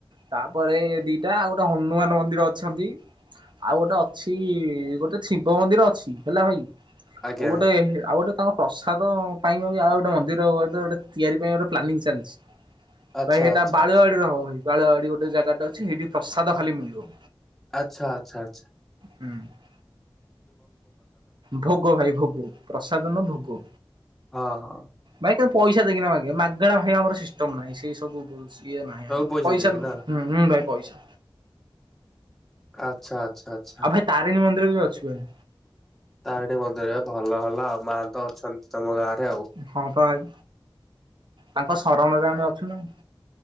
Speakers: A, on the right; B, in the centre.
A: ତାପରେ ଦି ଏଇଟା ଆଉ ଗୋଟେ ହନୁମାନ ମନ୍ଦିର ଅଛନ୍ତି ।ଆଉ ଗୋଟେ ଅଛି ଗୋଟେ ସି ଶିବ ମନ୍ଦିର ଅଛି ହେଲା ଭାଇ,
B: ଆଜ୍ଞା
A: ଆଉ ଗୋଟେ ଆଉ ଗୋଟେ ତାଙ୍କ ପ୍ରସାଦ ପାଇଁ, ଆଉ ଗୋଟେ ମନ୍ଦିର ହବ ଏବେ ଗୋଟେ ତିଆରି ପାଇଁ ଗୋଟେ ପ୍ଲାନିଂ ଚାଲିଛି।
B: ଆଚ୍ଛା
A: ଭାଇ ହେଇଟା
B: ଆଚ୍ଛା ଆଚ୍ଛା।
A: ବାଳୁଆଡିରେ ହବ ଭାଇ। ବାଳୁଆଡିରେ ଗୋଟେ ଜାଗା ଟା ଅଛି ହେଇଠି ପ୍ରସାଦ ଖାଲି ମିଳିବ।
B: ଆଛା, ଆଛା, ଆଛା।
A: ହୁଁ ଭୋଗ ଭାଇ ଭୋଗ, ପ୍ରସାଦ ନୁହଁ ଭୋଗ।
B: ହଁ ହଁ
A: ଭାଇ ତମେ ପଇସା ଦେଇକିନା ମାଗୀବ। ମାଗଣା ଭାଇ ଆମର ସିଷ୍ଟମ ନହିଁ। ସେଇ ସବୁ କିଏ ନାହିଁ
B: ସବୁ
A: ଆମର, ପଇସା
B: ଦେଇକି
A: ହୁଁ,
B: ନା
A: ହଁ ଭାଇ ପଇସା।
B: ଆଚ୍ଛା ଆଚ୍ଛା। ଆଚ୍ଛା
A: ଆଉ ଭାଇ ତାରିଣୀ ମନ୍ଦିର, ବି ଅଛି ଭାଇ।
B: ତାରିଣୀ ମନ୍ଦିର ଭଲ ହେଲା, ଆଉ ମା ତ ଅଛନ୍ତି ତମ ଗାଁରେ। ଆଉ।
A: ହଁ ପା ଭାଇ, ତାଙ୍କ ଶରଣରେ ଆମେ ଅଛୁନା।